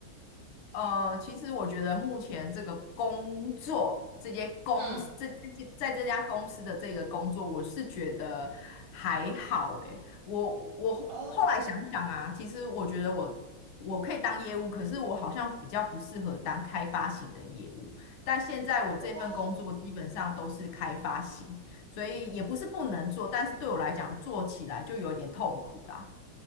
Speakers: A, on the left; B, on the right.
A: 呃，其实我觉得目前这个工作，这些公司，
B: 嗯，
A: 这这些在这家公司的这个工作，我是觉得还好诶。我我后后来想想啊，
B: 哦
A: 其实我觉得我我可以当业务，可是我好像比较不适合当开发型的业务。但现在我这份工作基本上都是开发型，
B: 哦，
A: 所以也不是不能做，但是对我来讲做起来就有点痛苦啦。